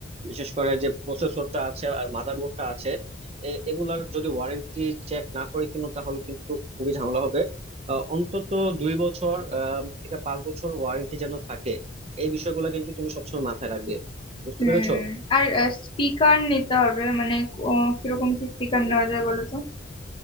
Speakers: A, on the right; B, on the left.
A: বিশেষ করে যে প্রসেসরটা আছে আর মাদারবোর্ডটা আছে এ- এগুলার যদি ওয়ারেন্টি চেক না করে কিনো তাহলে কিন্তু খুবই ঝামেলা হবে আহ, অন্তত দুই বছর আহ, থেকে পাঁচ বছর ওয়ারেন্টি যেন থাকে এই বিষয়গুলো কিন্তু তুমি সবসময় মাথায় রাখবে বুঝতে
B: হুম
A: পেরেছো
B: আর স্পিকার নিতে হবে মানে ক- ও কিরকম কি স্পিকার নেওয়া যায় বলো তো